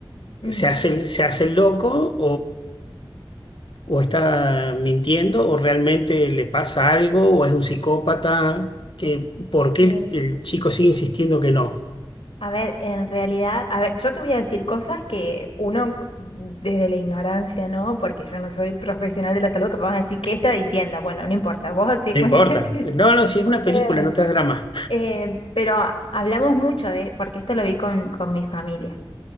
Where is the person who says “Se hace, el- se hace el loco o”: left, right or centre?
Left